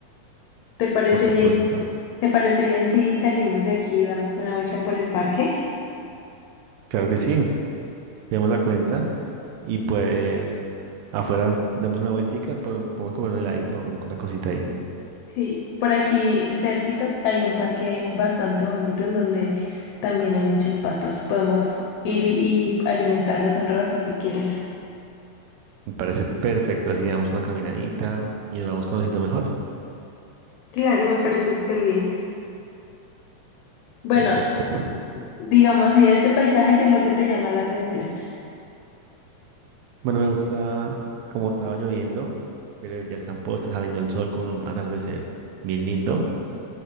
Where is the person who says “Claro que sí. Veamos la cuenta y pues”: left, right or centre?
Right